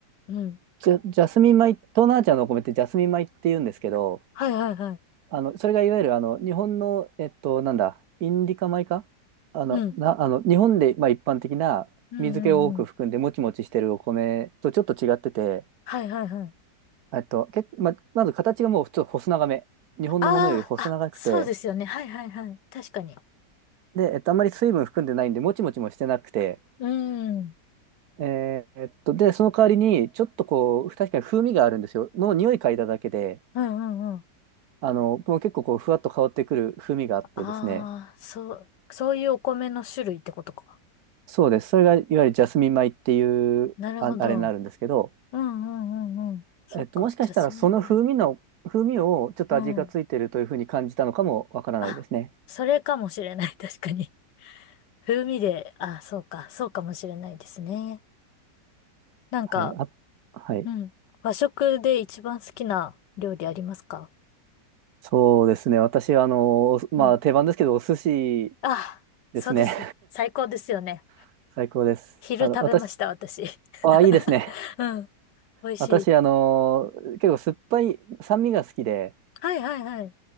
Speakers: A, on the left; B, on the right.
A: うん。
B: ジャ、ジャスミン米、東南アジアのお米ってジャスミン米って言うんですけど、
A: はいはいはい。
B: あの、それがいわゆるあの、日本の、えっと、なんだ、インディカ米かあの、
A: うん。
B: な、あの、日本で、まあ、一般的な水気を多く含んでもちもちしてるお米とちょっと違ってて、
A: うんうんうん。はいはいはい。
B: えっと、け、ま、まず形がもう普通細長め。日本のものより細長くて、
A: ああ、あ、そうですよね。はいはいはい。確かに。
B: で、えっと、あんまり水分含んでないんで、もちもちもしてなくて、
A: うん。うん
B: えーえっと、で、その代わりに、ちょっとこう、確かに風味があるんですよ。の匂い嗅いだだけで、
A: うんうん。
B: あの、もう結構こう、ふわっと香ってくる風味があってですね、
A: ああ、そう、そういうお米の種類ってことか。
B: そうです。それがいわゆるジャスミン米っていうあ、
A: なるほど。
B: あれになるんですけど、
A: うんうんうんうん。そっか、
B: えっと、もしかしたらその風味の、
A: ジャスミン米。
B: 風味をちょっと味がついてるというふうに感じたのかもわからないですね。
A: うん。あ、それかもしれない、<laughs> 確かに。風味で、あ、そうか、そうかもしれないですね。なんか、
B: はい。あ、はい。
A: うん。和食で一番好きな料理ありますか
B: そうですね。私は、あの、おまあ、
A: うん。
B: 定番ですけど、お寿司
A: あ、
B: ですね。
A: そうです。最高ですよね。
B: <laughs> 最高です。
A: 昼食べました、
B: あの、私、
A: 私。
B: あ、
A: <laughs>
B: いいですね。
A: うん。美味しい。
B: 私、あの、結構酸っぱい、酸味が好きで、
A: はいはいはい。